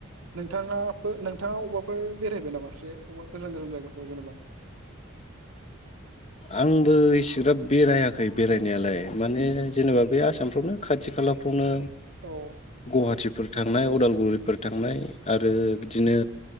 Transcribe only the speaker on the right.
नोंथांङा नोंथाङा अबबाफोर बेरायबाय नामा एसे अबेबा गोजान गोजान जायगाफोराव जेनेबा?
औ